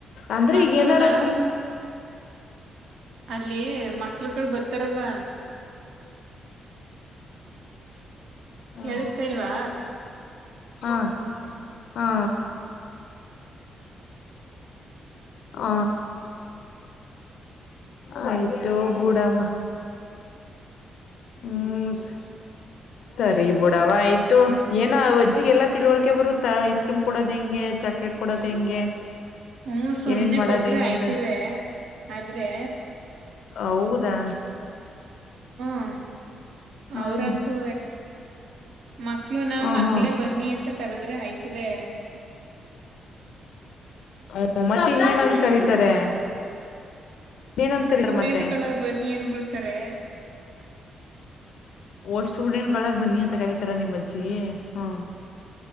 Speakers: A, on the left; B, on the right.
A: ಅಂದ್ರೆ
B: ಮಕ್ಳುನ
A: ಈಗ ಏನಾರ ಚ
B: ಅಲ್ಲಿ ಮಕ್ಳುಗಳು ಬರ್ತಾರಲ್ಲ.
A: ಹಾ
B: ಕೇಳಿಸತಾ ಇಲ್ವಾ.
A: ಹಾ ಹಾ ಹ ಆಯ್ತು ಬೂಡಮ್ಮ. ಮ್ಮಸ್ ಸರಿ ಬಿುಡವ ಆಯ್ತು ಏನ ವಜ್ಜಿಗೆ ಎಲ್ಲಾ ತಿಳವಳ್ಕೆ ಬರುತ್ತಾ ಐಸ್ ಕ್ರೀಮ್ ಕೊಡೋದ ಹೆಂಗೆ ಚಾಕ್ಲೇಟ್ಟ್ ಕೊಡೋದು ಹೆಂಗೆ
B: ಹ್ಮ್ ಸುಮ್ನೆ
A: ಏನೇನ್ ಮಾಡೋದ್
B: ಕೊಟ್ರೆ
A: ಹೆಂಗೆ
B: ಆಯ್ತದ
A: ಅಂತ
B: ಆದ್ರೆ
A: ಹೌದಾ.
B: ಹಾರ್ <unintelligible>
A: ಹ್ಮ್
B: ಅವ್ರಂತೂ ಮಕ್ಳು ನ
A: ಹ
B: ಮಕ್ಳೇ
A: ಹಾ
B: ಬನ್ನಿ ಅಂತ ಕರದ ಆದ್ರೆ ಆಯ್ತದೆ
A: ಹ್ಮ ಮತ್ತೆ ಇನ್ನೇನಂದ ಕರೀತಾರೆ <unintelligible> ಕರೀತಾರೆ
B: ಸ್ಟೂಡೆಂಟ್ಗಳ
A: ಮತ್ತೆ
B: ಬನ್ನಿ ಏನ್ ಬಿಿಡ್ತಾರೆ
A: ಓ್ಟುಡೆಂಟ್ಗಳ ಬನ್ನಿ ಅಂತ ಕರಿಿತಾರ ನಿಮ್ಮ್ ಅಜ್ಜಿಿಗೆ ಹ